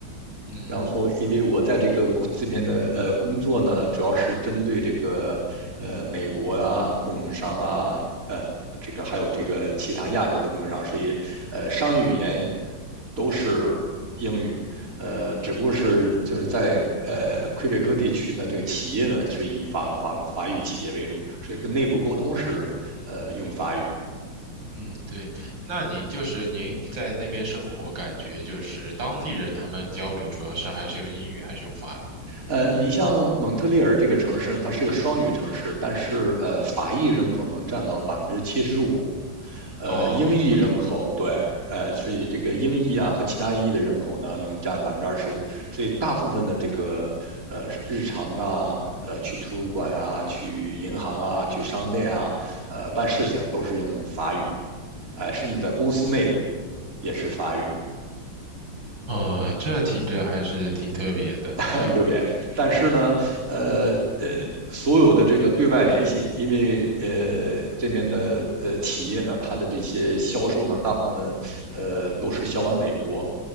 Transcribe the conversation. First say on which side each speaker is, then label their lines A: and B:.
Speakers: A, on the right; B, on the right.
A: 嗯
B: 然后，因为我在这个公这边的呃工作呢，主要是针对这个呃美国啊供应商啊，呃这个还有这个其他亚洲的供应商，所以呃商业语言都是英语，呃，只不过是就是在呃魁北克地区呢，
A: 嗯
B: 这个企业呢是以法法法语企业为主，所以跟内部沟通时，呃，用法语。
A: 嗯，对。那您就是您在那边生活，感觉就是当地人他们交流主要是还是用英语，还是用法语？
B: 呃，你像蒙特利尔这个城市，它是个双语城市，但是呃，法裔人口能占到百分之七十五，呃，
A: 哦，
B: 英裔人口对，
A: 这么多，
B: 呃，所以这个英裔啊和其他裔的人口呢，能占百分之二十五，所以大部分的这个呃日常啊，呃去图书馆啊，去银行啊，去商店啊，呃办事情都是用法语，哎、呃甚至在公司内部也是法语，
A: 呃，这听着还是挺特别的。
B: <laughs> 很特别。
A: 对，
B: 但是呢，呃呃，所有的这个对外联系，因为呃这边的呃企业呢，它的这些销售呢，大部分呃都是销往美国。